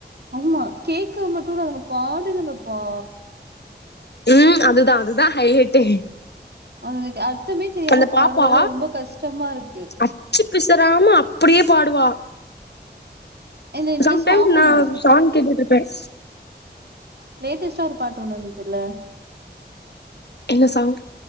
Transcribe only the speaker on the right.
ஆமா கேக்கு மட்டும் இல்ல பாட்டுதுங்கப்பா
<unintelligible> அர்த்தமே தெரியாம
பாடுறது
தான் ரொம்ப கஷ்டமா இருக்கு
ஏனா இந்த
சாங்
ஒண்ணு
லேட்டஸ்டா ஒரு பாட்டு ஒன்னு வந்துச்சதுல